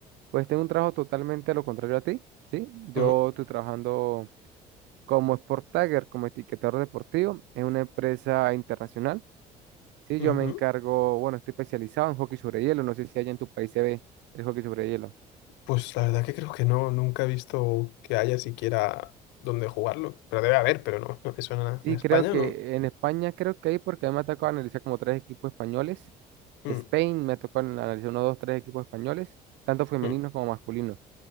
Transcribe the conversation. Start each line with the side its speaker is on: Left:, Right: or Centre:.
Right: pues tengo un trabajo totalmente a lo contrario a ti, ¿sí? Yo
Left: Mm,
Right: estoy trabajando como Sport Tagger, como etiquetador deportivo, en una empresa internacional Sí, yo
Left: ujú.
Right: me encargo, bueno, estoy especializado en hockey sobre hielo, no sé si allá en tu país se ve el hockey sobre hielo.
Left: Pues la verdad que creo que no, nunca he visto que haya siquiera dónde jugarlo. Pero debe haber, pero no, no me suena nada.
Right: Sí,
Left: En España
Right: creo que
Left: no.
Right: en España creo que hay, porque a mí me ha tocado analizar como tres equipos españoles.
Left: Mm,
Right: Spain me ha tocado analizar uno, dos, tres equipos españoles, tanto femeninos
Left: mm.
Right: como masculinos.